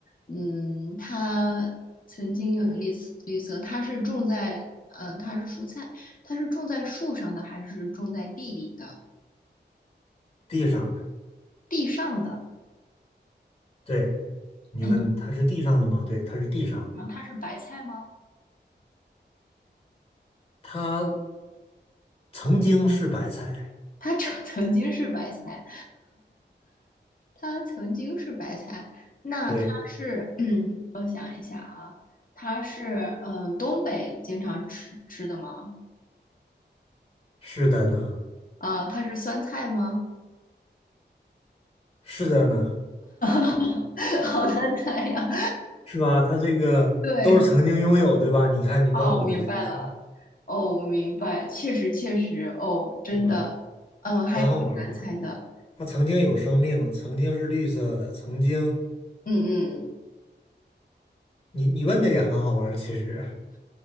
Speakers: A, on the left (about 50°); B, on the left (about 30°).
A: 嗯，它曾经拥有绿色，绿色，它是种在，嗯、它是蔬菜，它是种在树上的还是种在地里的？
B: 地上的。
A: 地上的。
B: 对，
A: <clears throat>
B: 你问它是地上的吗？
A: 嗯，
B: 对，它是地上。
A: 然后它是白菜吗？
B: 它曾经是白菜。
A: 它 <laughs> 曾曾经是白菜。它曾经是白菜，那它是，
B: 对，
A: 嗯，我想一下啊，它是，嗯，呃东北经常吃吃的吗？
B: 是的呢，
A: 啊、它是酸菜吗？
B: 是的呢，
A: <laughs> 好难猜呀。
B: 是吧？它这个都是曾经拥有，
A: 对，
B: 对吧？你看你问我的这几个，
A: 哦，明白了，哦，明白，确实确实，哦，真的，
B: 对吧？
A: 嗯、还挺难猜的，
B: 很好玩儿吧？它曾经有生命，曾经是绿色的，曾经
A: 嗯嗯。
B: 你你问的也很好玩儿其实。